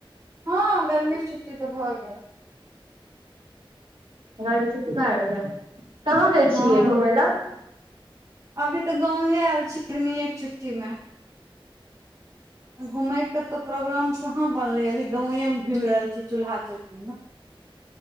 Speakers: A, on the right; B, on the right.
A: हँ गर्मीे छुट्टी तऽ भऽ गेल
B: गर्मी छुट्टी भए गेल है कहाँ जाइ
A: हँ
B: छियै घुमय लऽ
A: अभी तऽ गांवये आयल छी गर्मीए के छुट्टी में घूमेय के तो प्रोग्राम कहाँ बनले अभी गांवे मे घुम रहल छी चूल्हा चौकी मे